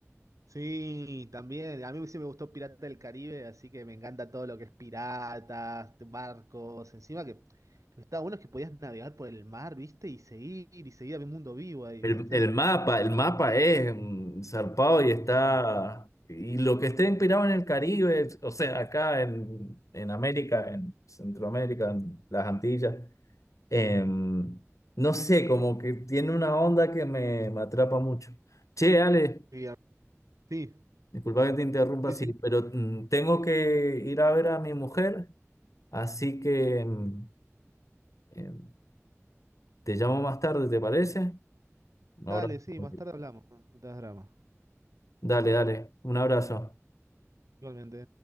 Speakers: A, on the right; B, on the left.
A: Sí, también. A mí sí me gustó Pirata del Caribe, así que me encanta todo lo que es piratas, barcos. Encima que lo que estaba bueno es que podías navegar por el mar, ¿viste? Y seguir, y seguir, había un mundo vivo ahí,
B: El,
A: ¿viste?
B: el mapa, el mapa es mm, zarpado y está.
A: Gigante.
B: Y lo que esté inspirado en el Caribe, o sea, acá en, en América, en Centroamérica, en las Antillas. Em, no sé, como que tiene una onda que me, me atrapa mucho. Che, Ale,
A: Sí, sí,
B: disculpa que te interrumpa
A: sí.
B: así, pero mm, tengo que ir a ver a mi mujer, así que mm, em, te llamo más tarde, ¿te parece?
A: Dale,
B: Ahora.
A: sí,
B: ok.
A: más tarde hablamos. No te hagas drama.
B: Dale, dale, un abrazo.
A: Igualmente.